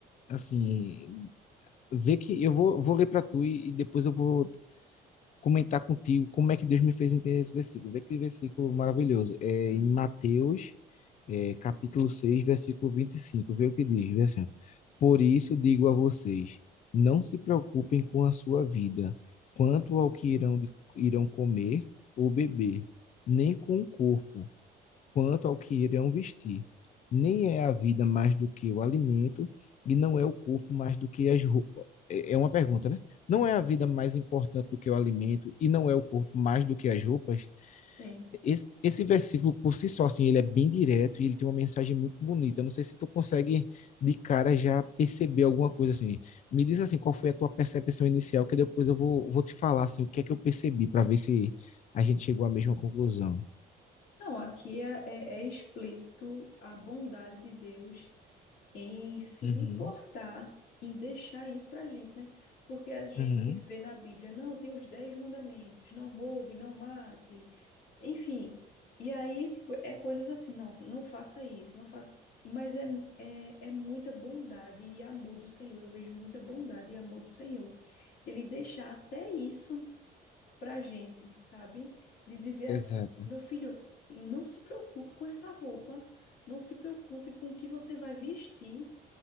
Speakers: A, on the left; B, on the left.
A: Assim, vê que eu vou, vou ler para tu e, e depois eu vou comentar contigo como é que Deus me fez entender esse versículo. Vê que versículo maravilhoso. É
B: Sim.
A: em Mateus, é, capítulo 6 versículo 25. Vê o que diz, vê assim. ó. Por isso digo a vocês, não se preocupem com a sua vida, quanto ao que irão, de- irão comer ou beber, nem com o corpo, quanto ao que irão vestir. Nem é a vida mais do que o alimento, e não é o corpo mais do que as roupas. É é uma pergunta, né? Não é a vida mais importante do que o alimento, e não é o corpo mais do que as roupas?
B: Sim.
A: Esse, esse versículo, por si só, assim, ele é bem direto e ele tem uma mensagem muito bonita. Eu Não sei se tu consegue, de cara, já perceber alguma coisa, assim. Me diz, assim, qual foi a tua percepção inicial, que depois eu vou, vou te falar, assim, o que é que eu percebi, para ver se a gente chegou à mesma conclusão.
B: Não, aqui é, é- é explícito a bondade de Deus em se
A: Uhum,
B: importar, em deixar isso pra gente, né? Porque a gente
A: uhum.
B: vê na Bíblia, não, tem os dez mandamentos, não roube, não mate, enfim. E aí, tipo, é coisas assim, não, não faça isso, não faça. Mas é, é, é muita bondade e amor do Senhor. Eu vejo muita bondade e amor do Senhor. Ele deixar até isso. pra gente, sabe? De dizer assim,
A: Exato.
B: meu filho, não se preocupe com essa roupa, não se preocupe com o que você vai vestir,